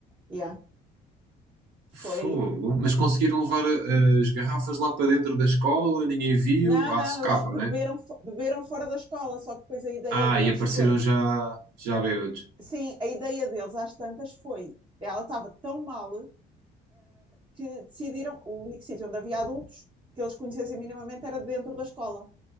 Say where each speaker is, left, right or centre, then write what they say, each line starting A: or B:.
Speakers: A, on the right (about 25°); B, on the right (about 75°).
A: Yeah.
B: Fogo.
A: Foi.
B: Mas conseguiram levar uh, as garrafas lá para dentro da escola, ninguém viu,
A: Não,
B: à
A: não,
B: socapa,
A: eles beberam,
B: né?
A: beberam fora da escola, só que depois a ideia
B: Ah,
A: deles
B: e apareceram
A: foi.
B: já, já bêbados.
A: Sim, a ideia deles, às tantas, foi. Ela estava tão mal uh, que decidiram. O único sítio onde havia adultos que eles conhecessem minimamente era dentro da escola.